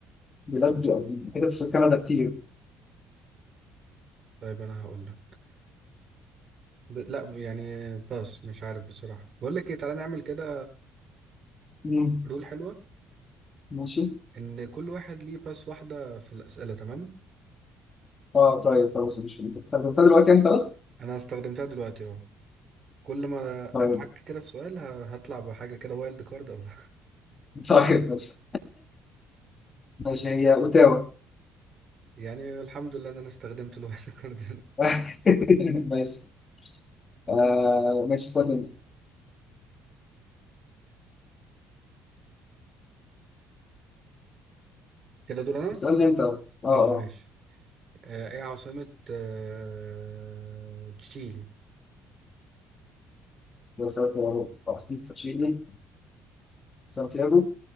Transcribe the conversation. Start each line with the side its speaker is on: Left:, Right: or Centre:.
Left: بيلاقوا كده في كندا كتير
Right: طيب انا هقول لك ب- لا يعني باس مش عارف بصراحة بقول لك ايه تعالى نعمل كده
Left: مم.
Right: رول حلوة
Left: ماشي
Right: ان كل واحد ليه باس واحدة في الأسئلة تمام
Left: اه طيب خلاص ماشي انت استخدمتها دلوقتي يعني خلاص
Right: انا استخدمتها دلوقتي اهو كل ما
Left: طيب
Right: اتعك كده في سؤال ه- هطلع بحاجة كده وايلد كارد او لا
Left: طيب ماشي ماشي هي اوتاوا
Right: <laughs> يعني الحمد لله ان انا استخدمت الوايلد كارد
Left: <laughs> ماشي آه ماشي اسألني انت
Right: <laughs> كده دور انا
Left: اسألني انت اه اه
Right: اه ماشي آه ايه عاصمة آه تشيلي
Left: يا سانتياغو احسن تشيلي سانتياغو